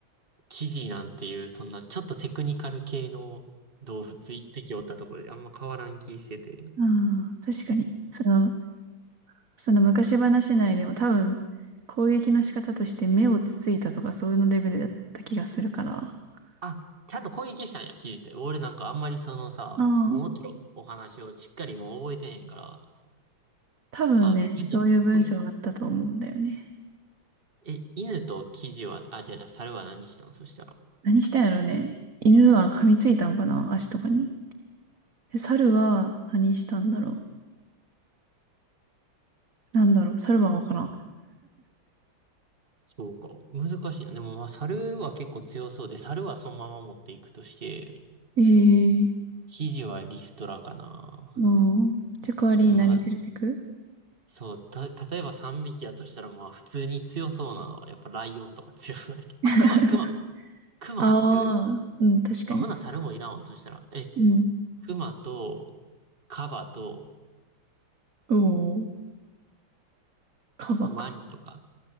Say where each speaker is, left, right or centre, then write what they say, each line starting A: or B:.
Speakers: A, on the right (about 25°); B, on the right (about 45°).
A: キジなんていう、そんなちょっとテクニカル系の動物一匹おったところであんま変わらん気してて。
B: ああ、確かに。その、その昔話内でも多分攻撃の仕方として目をつついたとかそういうのレベルだった気がするから。あ
A: あ、ちゃんと攻撃したんや、キジって。俺なんかあんまりそのさ、
B: あ、
A: 桃太郎のお話をしっかりもう覚えてへんから、
B: 多分ね、
A: あ、ちゃんと攻撃、
B: そういう文章があったと思うんだよね。
A: え、犬とキジは、あ、じゃあ、じゃあ猿は何したんそしたら。
B: 何したんやろね。犬は噛みついたのかな足とかに。で猿は何したんだろう。なんだろう。猿はわからん。
A: そうか。難しいな。でもまあ、猿は結構強そうで、猿はそのまま持っていくとして、
B: ええー
A: キジはリストラかな。
B: もう、じゃあ代わりに何連れてく
A: で、まあ、そう、た、例えば3匹やとしたら、まあ、普通に強そうなのは、やっぱライオンとか強そうだけど。
B: <laughs>
A: あ、クマ、クマ、クマは強いわ。
B: ああ、うん、確かに。
A: あ、ほな、猿もいらんわ。そしたら、え、
B: うん。
A: クマと、カバと、
B: おお、カバか。
A: ワニとか。